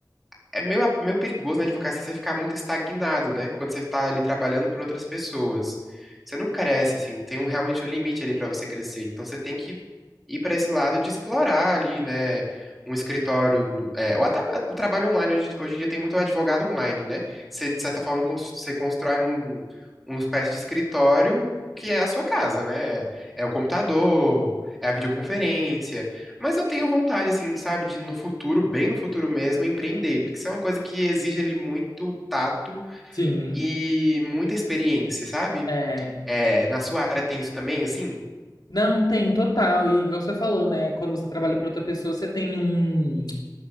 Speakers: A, in the centre; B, on the left.
A: É meio, meio perigoso na advocacia você ficar muito estagnado, né? Quando você tá ali trabalhando para outras pessoas. Você não cresce, assim, tem um, realmente um limite ali para você crescer. Então você tem que ir para esse lado de explorar ali, né? Um escritório, no- é, ou até o trabalho online. Hoje, hoje em dia tem muito advogado online, né? Você, de certa forma, cons- você constrói um, uma espécie de escritório que é a sua casa, né? É é o computador, é a videoconferência. Mas eu tenho vontade, assim, sabe, de no futuro, bem no futuro mesmo, empreender, porque isso é uma coisa que exige ali muito tato
B: Sim.
A: e muita experiência, sabe?
B: É,
A: É, na sua área tem isso também, assim?
B: não, tem total. E igual você falou, né? Quando você trabalha para outra pessoa, você tem um.